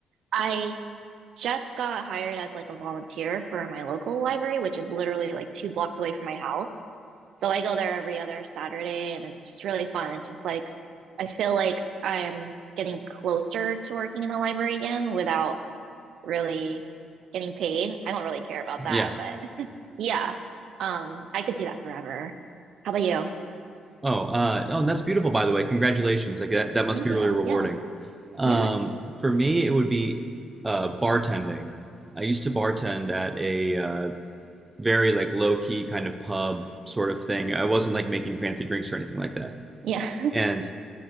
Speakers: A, on the right (about 70°); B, on the right (about 15°).
A: I just got hired as like a volunteer for my local library, which is literally like two blocks away from my house. So I go there every other Saturday and it's just really fun. It's just like I feel like I'm getting closer to working in the library again without really getting paid. I don't really care about that,
B: yeah.
A: but <laughs> yeah. Um, I could do that forever. How about you?
B: Oh, uh, oh, and that's beautiful, by the way. Congratulations. Like that, that must
A: Thank
B: be really
A: you.
B: rewarding.
A: Yeah.
B: Um,
A: Yes.
B: for me, it would be uh, bartending. I used to bartend at a uh, very like low key kind of pub sort of thing. I wasn't like making fancy drinks or anything like that.
A: Yeah.
B: And
A: <laughs>